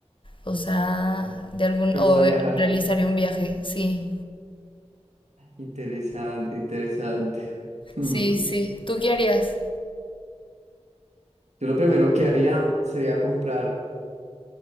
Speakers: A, on the left; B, on the right.
A: O sea, de algún,
B: ¿Te
A: o
B: gusta viajar?
A: realizaría un viaje, sí.
B: Interesante, interesante. Hmm.
A: Sí, sí. ¿Tú qué harías?
B: Yo lo primero que haría sería comprar